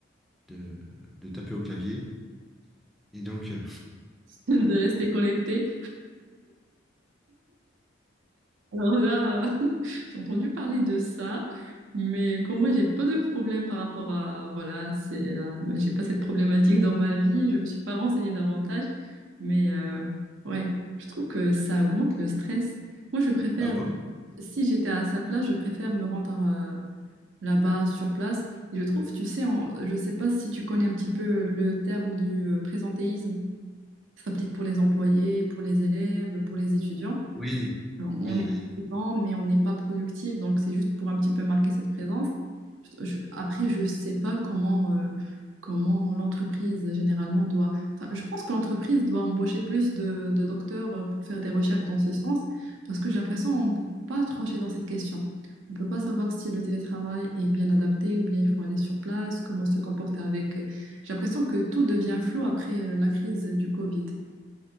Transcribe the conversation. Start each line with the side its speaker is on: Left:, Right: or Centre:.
Centre: de, de taper au clavier. Et donc, euh,
Right: <laughs> de rester connectée. Alors là, euh, <laughs> j'ai entendu parler de ça, mais comme moi, j'ai pas de problème par rapport à, voilà, c'est, à- j'ai pas cette problématique dans ma vie. Je me suis pas renseignée davantage, mais euh, ouais, je trouve que ça augmente le stress. Moi, je préfère
Centre: Ah bon
Right: Si j'étais à sa place, je préfère me rendre euh, là-bas sur place. Et je trouve, tu sais, en- je ne sais pas si tu connais un petit peu le terme du euh, présentéisme. Ça s'applique pour les employés, pour les élèves, pour les étudiants.
Centre: oui,
Right: On
Centre: oui,
Right: est
Centre: oui.
Right: présent, mais on n'est pas productif. Donc, c'est juste pour un petit peu marquer cette présence. Je- après, je ne sais pas comment, euh, comment l'entreprise généralement doit. Enfin, je pense que l'entreprise doit embaucher plus de, de docteurs euh, pour faire des recherches dans ce sens, parce que j'ai l'impression qu'on ne peut pas trancher dans cette question. On ne peut pas savoir si le télétravail est bien adapté ou bien il faut aller sur place, comment se comporter avec. euh, J'ai l'impression que tout devient flou après euh, la crise du Covid.